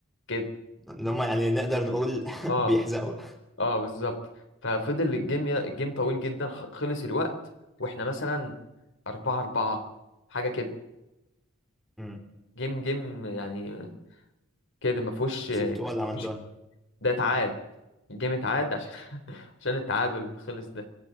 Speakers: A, on the left (about 65°); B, in the centre.
A: كده
B: اللي هم يعني نقدر نقول <laughs>
A: اه
B: بيحزقوا
A: اه بالظبط ففضل الجيم يا- الجيم طويل جدا خ- خلص الوقت واحنا مثلا أربعة أربعة حاجة كده
B: امم
A: جيم جيم يعني كده ما فيهوش
B: كسبتوه ولا عملتوا
A: مش
B: ايه
A: ده اتعاد الجيم اتعاد عشان <laughs> عشان التعادل اللي خلص ده